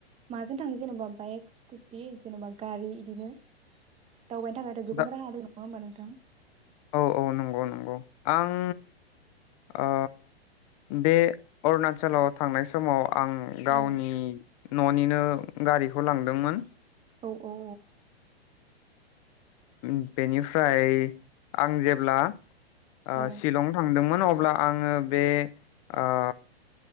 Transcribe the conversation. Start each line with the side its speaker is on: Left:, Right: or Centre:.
Right: माजों थाङो जेनबा बाइक स्कुटि जेनबा गारि इदिनो दावबायनो थाखायथ गोबां
Left: दा
Right: राहा दङ‌ नङा ओमबा नों थां
Left: औ औ नंगौ नंगौ आं ओ बे अरुणाचलाव थांनाय समाव आं गावनि
Right: औ
Left: न'निनो गारिखौ लांदोंमोन।
Right: औ औ औ
Left: उम बेनिफ्राय आं जेब्ला ओ
Right: औ
Left: शिलं थांदों उनावब्ला आङो बे ओ